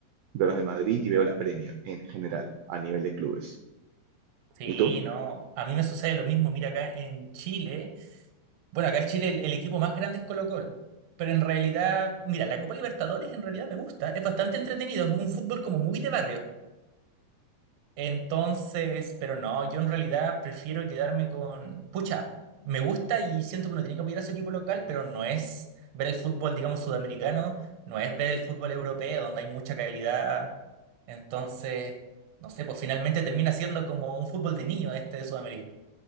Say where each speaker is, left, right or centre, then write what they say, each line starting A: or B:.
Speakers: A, on the right (about 80°); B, on the right (about 65°).
A: veo los de Madrid y veo la Premier en general, a nivel de clubes.
B: Sí,
A: ¿Y tú?
B: no. A mí me sucede lo mismo. Mira, acá en Chile, bueno, acá en Chile el, el equipo más grande es Colo-Colo. Pero en realidad, mira, la Copa Libertadores en realidad me gusta. Es bastante entretenido. Es un fútbol como muy de barrio. Entonces, pero no, yo en realidad prefiero quedarme con... Pucha, me gusta y siento que uno tiene que apoyar a su equipo local, pero no es ver el fútbol, digamos, sudamericano, no es ver el fútbol europeo, donde hay mucha calidad. Entonces, no sé, pues finalmente termina siendo como un fútbol de niño este de Sudamérica.